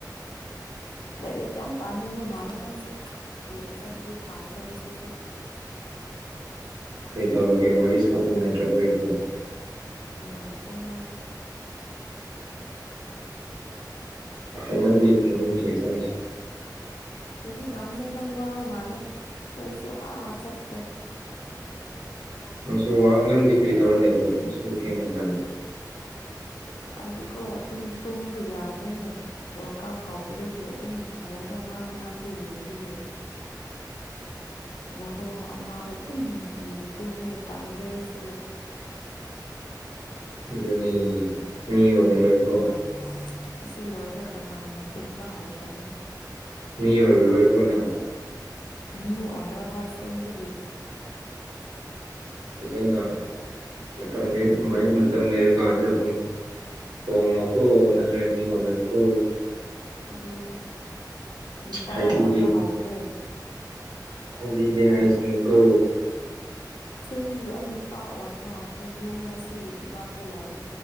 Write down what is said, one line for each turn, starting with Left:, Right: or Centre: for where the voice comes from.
Left: ꯂꯥꯏꯔꯤꯛ ꯌꯥꯝ ꯄꯥꯅꯤꯡꯕ ꯃꯥꯜꯂꯦ ꯅꯪꯁꯦ ꯊꯨꯅ ꯆꯠꯂꯗꯤ ꯐꯥꯒꯗꯕ ꯁꯤꯁꯨ
Right: ꯀꯩꯗꯧꯔꯒꯦ ꯋꯥꯔꯤ ꯁꯥꯕ ꯅꯨꯡꯉꯥꯏꯇ꯭ꯔꯕ ꯑꯩꯕꯨ
Left: ꯅꯨꯡꯉꯥꯏꯇꯦ ꯍꯣꯏ
Right: ꯈꯥꯏꯃꯟꯕꯤ ꯈꯪꯗꯔ꯭ꯦꯗꯥ ꯑꯩꯁꯨ
Left: ꯑꯩꯒꯤ ꯇꯥꯝꯅꯦ ꯅꯪ ꯋꯥꯕ ꯃꯥꯜꯂꯦ ꯄꯨꯡꯁꯨ ꯑꯥ ꯆꯠꯈ꯭ꯔꯦ
Right: ꯅꯪꯁꯨ ꯋꯥꯕ ꯅꯪꯗꯤ ꯀ꯭ꯔꯤ ꯇꯧꯔꯂꯦꯕ ꯍꯧꯖꯤꯛ ꯁꯨꯝ ꯊꯦꯡꯕ ꯀꯥꯟꯗ
Left: ꯍꯥꯏꯗꯤꯀꯣ ꯑꯗꯨꯝ ꯇꯨꯝꯕ ꯌꯥꯗ꯭ꯔꯦꯅꯦ ꯋꯥꯔꯜ ꯀꯥꯞ ꯍꯧꯕꯗꯒꯤ ꯑꯗꯨꯝ ꯐꯣꯜꯗꯣ ꯃꯔꯛ ꯃꯔꯛꯇꯤ ꯌꯦꯡꯕꯤꯒꯤ ꯕꯣꯔꯣ ꯑꯃꯗ ꯑꯗꯨꯝ ꯅꯨꯡꯇꯤꯒꯤ ꯇꯨꯝꯃꯦ ꯇꯜꯂꯦ ꯑꯩꯁꯨ
Right: ꯑꯗꯨꯅꯤ ꯃꯤ ꯑꯣꯏꯔꯣꯏꯀꯣ
Left: ꯑꯥ ꯑꯁꯤ ꯂꯣꯏꯔꯒ ꯉꯟꯅ ꯇꯨꯝꯕ ꯍꯧꯈ꯭ꯔꯅꯤ
Right: ꯃꯤ ꯑꯣꯏꯔꯔꯣꯏꯀꯣ ꯅꯪ
Left: ꯃꯤ ꯑꯣꯏꯔꯔꯣꯏ ꯍꯣꯏ ꯁꯦꯡꯕꯒꯤ
Right: ꯐꯖꯅ ꯃꯥꯇꯝ ꯂꯦꯟ ꯃꯩ ꯃꯠ ꯇꯝ ꯂꯩꯔꯀꯥꯟꯁꯤꯗ ꯍꯣꯡ ꯍꯣꯡꯉꯣꯀꯣ ꯅꯠꯇ꯭ꯔ ꯃꯤ ꯑꯣꯏꯔꯦꯏꯀꯣ
Left: ꯑꯗꯨꯅꯦ ꯅꯨꯄꯥ
Right: ꯍꯥꯏꯕꯤꯗꯦ
Left: ꯑꯣꯟꯕ ꯍꯧꯈ꯭ꯔꯦ
Right: ꯍꯥꯏꯕꯤꯗꯦ ꯍꯥꯏꯁꯤꯅꯤ ꯀꯣ
Left: ꯆꯤꯟꯒꯤ ꯑꯩ ꯅꯨꯄꯥ ꯑꯣꯟꯕ ꯍꯧꯈ꯭ꯔꯦ ꯌꯨꯝꯗ ꯁꯤꯒꯤ ꯐꯤꯕꯝꯗ ꯂꯩꯔꯤ